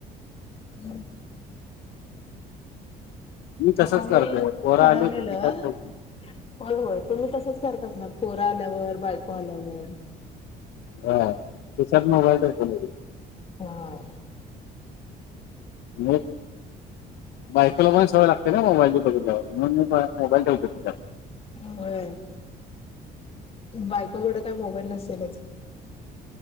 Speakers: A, on the left; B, on the left.
A: हम्मं
B: तसंच
A: आंता मी
B: करतोय पोरं
A: ठरवलेलं
B: आले की खिशात ठेवतो
A: होयं होयं तुम्हीं तसंच करतं असणारं पोरं आल्यांवर बायको आल्यांवर
B: हां खिशातं मोबाईल ठेवतो मी भी
A: हां
B: हम्मं बायकोला पणं संवय लागते नां मोबाईल बल्यांवर म्हूंन मी मोबाईल ठेवं
A: होयं बायकोकडे कायं मोबाईल नसेलचं